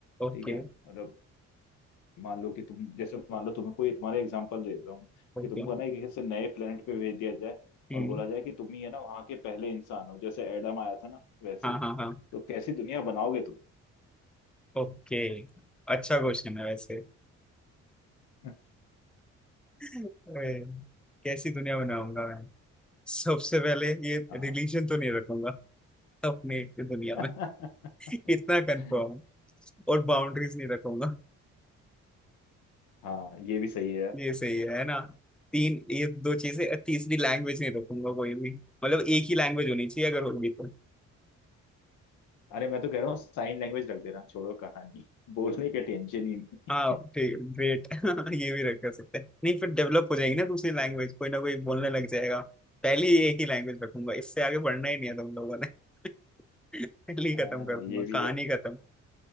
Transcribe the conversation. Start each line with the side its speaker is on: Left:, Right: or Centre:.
Centre: ओके
Left: ठीक है मतलब मान लो कि तुम जैसे मान लो तुम्हें कोई तुम्हारा एग्जांपल दे देता हूँ
Centre: ओके
Left: कि तुमको ना एक एक से नए प्लेनेट पे भेज दिया जाए
Centre: हम्म
Left: और बोला जाए कि तुम ही है ना वहां के पहले इंसान हो जैसे एडम आया था ना वैसे
Centre: हाँ
Left: ही
Centre: हाँ हाँ
Left: तो कैसी दुनिया बनाओगे तुम
Centre: ओके अच्छा क्वेश्चन है वैसे
Left: <laughs>
Centre: अरे, कैसी दुनिया बनाऊंगा मैं सबसे पहले ये
Left: हाँ
Centre: रिलीजन तो नहीं रखूंगा अपनी दुनिया
Left: <laughs>
Centre: में इतना कंफर्म है और बाउंड्रीज नहीं रखूंगा
Left: हाँ ये भी सही है यार
Centre: ये सही है है ना तीन ये दो चीजें तीसरी लैंग्वेज नहीं रखूंगा कोई भी मतलब एक ही लैंग्वेज होनी चाहिए अगर होगी तो
Left: अरे मैं तो कह रहा हूँ साइन लैंग्वेज रख देना छोड़ो कहानी बोलने का टेंशन ही नहीं
Centre: हाँ ठीक, ग्रेट <laughs> ये भी रख कर सकते हैं नहीं फिर डेवलप हो जाएगी ना दूसरी लैंग्वेज कोई ना कोई बोलने लग जाएगा पहले ही एक ही लैंग्वेज रखूंगा इससे आगे बढ़ना ही नहीं है तुम लोगों ने <laughs> पहले ही
Left: हाँ
Centre: खत्म कर दूंगा
Left: ये भी
Centre: कहानी
Left: है
Centre: खत्म